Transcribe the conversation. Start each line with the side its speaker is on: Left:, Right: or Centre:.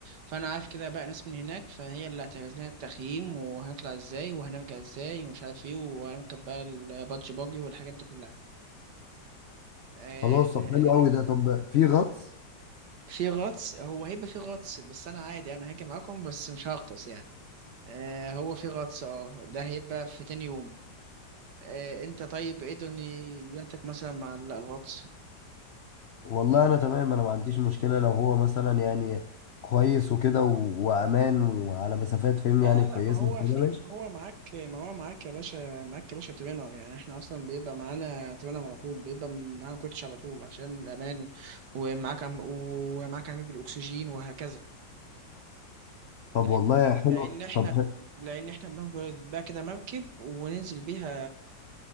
Right: فأنا عارف كده بقى ناس من هناك فهي اللي هتعمل لنا التخييم وهنطلع إزاي وهنرجع إزاي ومش عارف إيه وهنركب بقى البادج باجي والحاجات دي كلها آه،
Left: خلاص طب
Right: آه،
Left: حلو قوي ده طب في غطس
Right: في غطس هو هيبقى في غطس بس أنا عادي أنا هاجي معاكم بس مش هغطس يعني آه هو في غطس اه ده هيبقى في تاني يوم آه انت طيب ايه دنيتك مثلا مع ال- الغطس
Left: والله انا تمام انا ما عنديش مشكلة لو هو مثلا يعني كويس وكده و- وامان وعلى مسافات فهمني
Right: لا
Left: يعني كويسة
Right: لا لا ما هو
Left: وكده
Right: في
Left: ماشي
Right: ما هو معاك ما هو معاك يا باشا معاك يا باشا ترينر يعني احنا اصلا بيبقى معانا ترينر على طول بيبقى معانا كوتش على طول عشان الامان ومعاك عم ومعاك عميل بالاكسجين وهكذا
Left: طب
Right: لان
Left: والله حلو
Right: لان احنا
Left: طب ح-
Right: لان احنا بناخد بقى كده مركب وننزل بيها